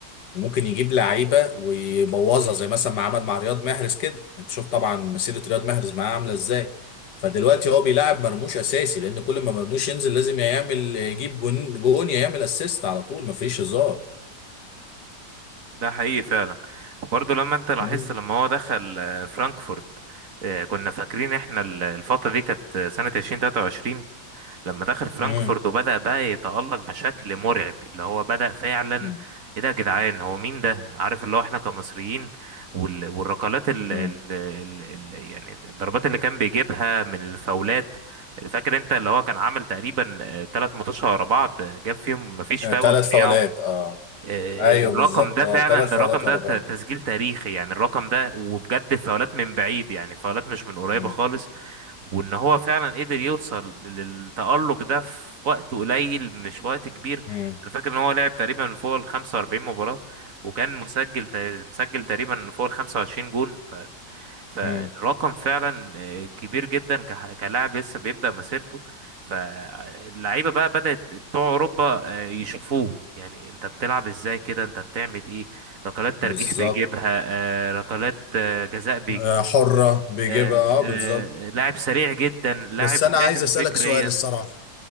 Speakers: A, on the left; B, on the right.
A: ممكن يجيب لعيبه ويبوظها زي مثلا ما عمل مع رياض محرز كده انت شوف طبعا مسيره رياض محرز معاه عامله ازاي فدلوقتي هو بيلعب مرموش اساسي لان كل ما مرموش ينزل لازم يا يعمل يجيب جون جون يا يعمل اسيست على طول مفيش هزار
B: ده حقيقي فعلا وبرضو لما انت لاحظت
A: مم.
B: لما هو دخل آه، فرانكفورت آه، كنا فاكرين احنا ال- الفترة دي كانت آه، سنة 2023 لما دخل فرانكفورت
A: مم.
B: وبدأ بقى يتألق بشكل مرعب اللي هو بدأ فعلا
A: مم.
B: ايه ده يا جدعان هو مين ده عارف اللي هو احنا كمصريين وال... والركلات ال...
A: مم.
B: ال... ال... ال... يعني الضربات اللي كان بيجيبها من الفاولات فاكر انت اللي هو كان عامل تقريبا ثلاث ماتشات ورا بعض آه، جاب فيهم مفيش
A: آه،
B: فاول
A: تلات فاولات
B: ضيعه
A: اه
B: آه،
A: ايوه
B: الرقم
A: بالظبط
B: ده
A: اه
B: فعلا
A: تلات فاولات
B: ده الرقم ده
A: ورا
B: ت-
A: بعض
B: تسجيل تاريخي يعني الرقم ده وبجد فاولات من بعيد يعني فاولات مش من قريبة
A: مم.
B: خالص وان هو فعلا قدر يوصل للتألق ده في وقت قليل مش وقت كبير
A: مم.
B: انا فاكر ان هو لعب تقريبا فوق ال 45 مباراة وكان مسجل تا- مسجل تقريبا فوق ال 25 جون ف... فالرقم
A: مم.
B: فعلا آه، كبير جدا كح- كلاعب لسه بيبدأ مسيرته فاللعيبة بقى بدأت بتوع اوروبا آه، يشوفوه يعني انت بتلعب ازاي كده انت بتعمل ايه ركلات ترجيح
A: بالظبط
B: بيجيبها آه، ركلات آه، جزاء
A: آه، حرة بيجيبها
B: آه،
A: اه بالظبط
B: آه، لاعب سريع جدا لاعب
A: بس انا
B: فاهم
A: عايز اسالك
B: فكريا
A: سؤال الصراحه